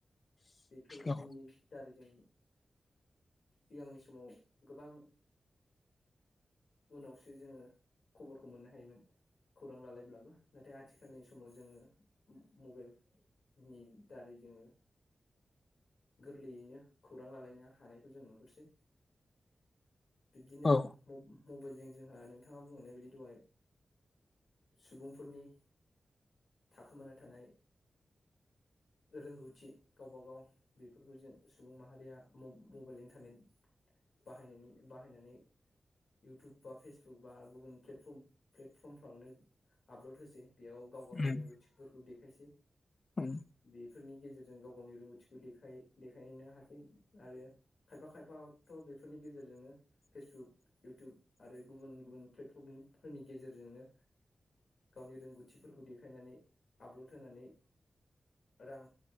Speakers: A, on the left; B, on the left.
A: बेफोरनि
B: औ
A: दारै जों सिगांनि समाव गोबां उनावसो जोंङो खबरखौ मोननो हायोमोन। खौरां लालायब्लाबो नाथाय आथिखालनि समाव जोंङो मबाइल नि दारै जोंङो गोरलैयैनो खौरां लालायनो हानायखौ जों नुहरसै। बिब्दिनो
B: औ
A: मबाइलजों जोंहा नोंथाङा बुंहरनाय बायदि दहाय सुबुंफोरनि थाखोमाना थानाय रोंगौथि गावबा गाव बेफोरखौ जों सुबुं माहारिया मबाइल इन्टारनेट बाहायनायनि बाहायनानै इउटुब बा फेसबुक बा गुबुन प्लेटफर्म प्लेटफर्मफ्रावनो आपलड होसै बेयाव गाव गावनि
B: उम
A: रोंगौथिफोरखौ देखायसै
B: उम
A: बेफोरनि गेजेरजों जों गाव गावनि रोंगौथिखौ देखायनो हासै आरो खायफा खायफाथ बेफोरनि गेजेरजों जोनो फेसबुक इउटुब आरो गुबुन गुबुन प्लेटफर्मफोरनि गेजेरजोंनो गावनि रोंगौथिफोरखौ देखायनानै आपलड होनानै रां